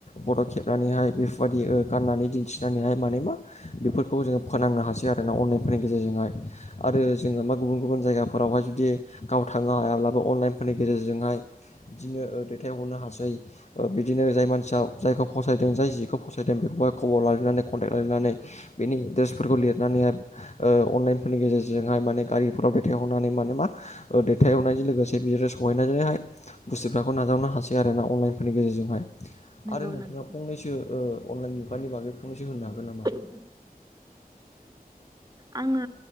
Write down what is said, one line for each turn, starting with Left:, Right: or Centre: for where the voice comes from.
Left: फट' खेबनानैहाय बेफोरबायदि ओ गाननानै दिन्थिनानैहाय माने मा बेफोरखौ जोङो फोनांनो हासै आरोना अनलाइनफोरनि गेजेरजोंहाय। आरो जोङो मा गुबुन गुबुन जायगाफोरावहाय जुदि गाव थांनो हायाब्लाबो अनलाइनफोरनि गेजेरजोंहाय बिदिनो ओ दैथायहरनो हासै। ओ बिदिनो जाय मानसिया जायखौ फसायदों जाय जिखौ फसायदों बेखौहाय खबर लालायनानै कन्टेक्ट लायनानै बेनि एड्रेसफोरखौ लिरनानैहाय ओ अनलाइनफोरनि गेजेरजोंहाय माने गारिफोराव दैथायहरनानै माने मा ओ दैथायहरनायजों लोगोसे बिसोरो सहैनानैहाय बुस्थुफोराखौ नाजावनो हासै आरो ना अनलाइनफोरनि गेजेरजोंहाय
Right: नंगौ
Left: आरो नोंथाङा
Right: नंगौ
Left: फंनैसो ओ अनलाइन मुगानि बागै फंनैसो होनो हागोन नामा?
Right: औ। <unintelligible> आङो